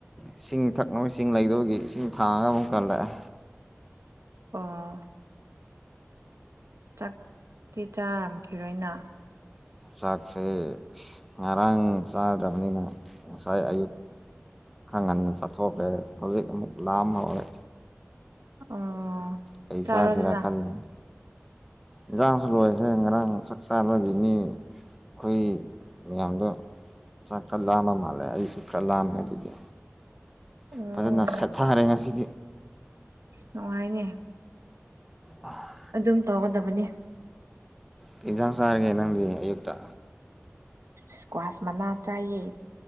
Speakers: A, in the centre; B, on the right (about 80°).
A: ꯏꯁꯤꯡ ꯊꯛꯅꯕ ꯏꯁꯤꯡ ꯂꯩꯗꯕꯒꯤ ꯏꯁꯤꯡ ꯊꯥꯡꯉꯒ ꯑꯃꯨꯛ ꯀꯜꯂꯛꯑꯦ
B: ꯑꯣ ꯆꯥꯛꯇꯤ ꯆꯥꯔꯝꯈꯤꯔꯣꯏꯅ
A: ꯆꯥꯛꯁꯦ ꯉꯔꯥꯡ ꯆꯥꯗ꯭ꯔꯕꯅꯤꯅ ꯉꯁꯥꯏ ꯑꯌꯨꯛ ꯈꯥ ꯉꯟꯅ ꯆꯠꯊꯣꯛꯈ꯭ꯔꯦ ꯍꯧꯖꯤꯛ ꯑꯃꯨꯛ ꯂꯥꯝ ꯍꯧꯔꯦ
B: ꯑꯣ
A: ꯀꯩ
B: ꯆꯥꯔꯣꯗꯅ
A: ꯆꯥꯁꯤꯔꯥ ꯈꯜꯂꯤꯅꯤ ꯏꯟꯖꯥꯡꯁꯨ ꯂꯣꯏꯒ꯭ꯔꯦ ꯉꯔꯥꯡ ꯆꯥꯛ ꯆꯥꯕꯒꯤ ꯃꯤ ꯑꯩꯈꯣꯏ ꯃꯌꯥꯝꯗꯣ ꯆꯥꯛꯇꯣ ꯂꯥꯝꯕ ꯃꯥꯜꯂꯦ ꯑꯩꯁꯨ ꯈꯔ ꯂꯥꯝꯃꯦ ꯑꯗꯨꯒꯤ
B: ꯎꯝ
A: ꯐꯖꯅ ꯁꯦꯠꯊꯔꯦ ꯉꯁꯤꯗꯤ
B: ꯅꯨꯡꯉꯥꯏꯅꯦ
A: ꯑ
B: ꯑꯗꯨꯝ ꯇꯧꯒꯗꯕꯅꯤ
A: ꯀꯩꯏꯟꯖꯥꯡ ꯆꯥꯔꯒꯦ ꯅꯪꯗꯤ ꯑꯌꯨꯛꯇ
B: ꯏꯁꯀ꯭ꯋꯥꯁ ꯃꯅꯥ ꯆꯥꯏꯌꯦ